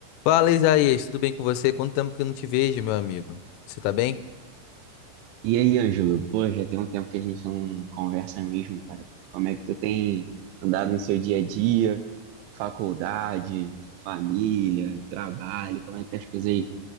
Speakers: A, on the left; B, on the right.
A: Fala, Isaías, tudo bem com você? Quanto tempo que eu não te vejo, meu amigo? Você tá bem?
B: E aí, Ângelo, pô, já tem um tempo que a gente não conversa mesmo, cara. Como é que tu tem andado no seu dia a dia? Faculdade, família, trabalho, como é que tá as coisas aí?